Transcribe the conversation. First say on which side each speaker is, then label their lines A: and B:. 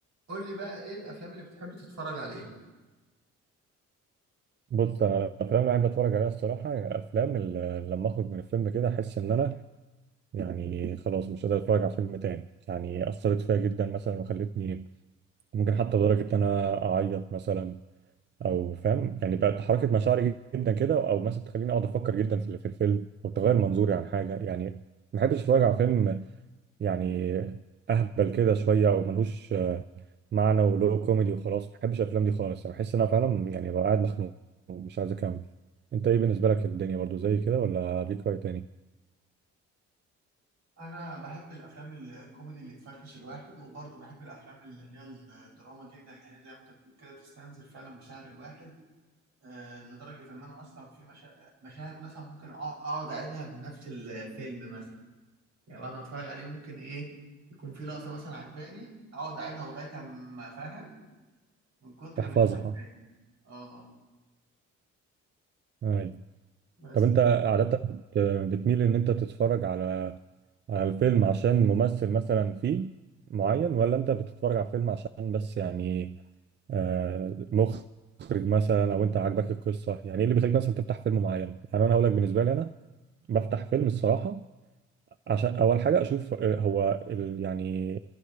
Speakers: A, on the right; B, on the right.
A: قول لي بقى ايه الافلام اللي بتحب تتفرج عليها
B: بص انا الافلام اللي بحب اتفرج عليها الصراحه يعني الافلام اللي لما اخرج من الفيلم كده احس ان انا يعني خلاص مش قادر اتفرج على فيلم تاني يعني اثرت فيا جدا مثلا وخلتني ممكن حتى لدرجه ان انا اعيط مثلا او فاهم يعني بقت حركه مشاعري جدا كده او مثلا تخليني اقعد افكر جدا في في الفيلم او تغير منظوري عن حاجه يعني ما بحبش اتفرج على فيلم يعني اهبل كده شويه او ملهوش معنى ولو كوميدي وخلاص ما بحبش الافلام دي خالص يعني بحس ان انا فعلا يعني ببقى قاعد مخنوق ومش عايز اكمل انت ايه بالنسبه لك الدنيا برضو زي كده ولا ليك راي تاني
A: انا بحب الافلام الكوميدي اللي تفرفش الواحد وبرضه بحب الافلام اللي هي الدراما جدا اللي هي زي ما انت بتقول كده تستنزف فعلا مشاعر الواحد آه لدرجه ان انا اصلا في مشا... مشاهد مثلا ممكن أع- اقعد اعيدها من نفس الفيلم مثلا يعني بعد ما اتفرج عليه ممكن ايه يكون في لقطه مثلا عجباني اقعد اعيدها لغايه ما فاهم من كتر
B: تحفظها
A: ما هي عجباني اه
B: اي
A: بس
B: طب انت عاده بت- بتميل ان انت تتفرج على على الفيلم عشان ممثل مثلا فيه معين ولا انت بتتفرج على فيلم عشان بس يعني آه، مخرج مثلا او انت عاجبك القصه يعني ايه اللي بيخليك مثلا تفتح فيلم معين يعني انا هقول لك بالنسبه لي انا بفتح فيلم الصراحه عشان اول حاجه اشوف آه، هو ال يعني